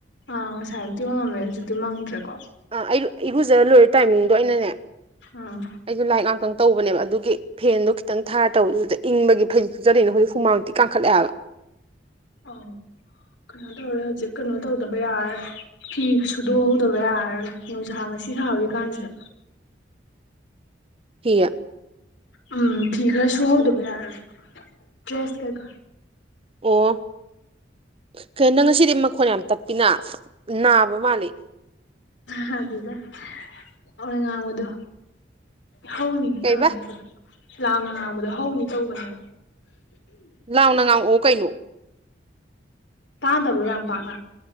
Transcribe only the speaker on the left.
ꯑꯥ ꯉꯁꯥꯏ ꯑꯌꯨꯛꯇꯤ ꯃꯪꯉꯝꯃꯦ ꯍꯧꯖꯤꯛꯇꯤ ꯃꯪꯗ꯭ꯔꯦꯀꯣ
ꯎꯝ
ꯑꯣ ꯀꯩꯅꯣ ꯇꯧꯔꯦ ꯍꯧꯖꯤꯛ ꯀꯩꯅꯣ ꯇꯧꯗꯕ ꯌꯥꯔꯣꯏ ꯐꯤ ꯁꯨꯗꯣꯛꯍꯧꯗꯕ ꯌꯥꯔꯔꯣꯏ ꯅꯨꯡꯁꯥ ꯉꯁꯤ ꯁꯥꯍꯧꯔꯤ ꯀꯥꯟꯁꯤꯗ
ꯎꯝ ꯐꯤ ꯈꯔ ꯁꯨꯍꯧꯗꯕ ꯌꯥꯔꯣꯏ ꯗ꯭ꯔꯦꯁ ꯀꯩꯀꯥ
ꯅꯥꯗꯦꯗ <unintelligible> ꯉꯥꯡꯕꯗꯨ ꯍꯧꯅꯤ
ꯇꯧꯅꯤ ꯑꯗꯨꯗ ꯂꯥꯎꯅ ꯉꯥꯡꯕꯗ ꯍꯧꯅꯤ ꯇꯧꯕꯅꯦꯕ
ꯇꯥꯗꯕ꯭ꯔꯣ ꯌꯥꯝ ꯄꯥꯛꯅ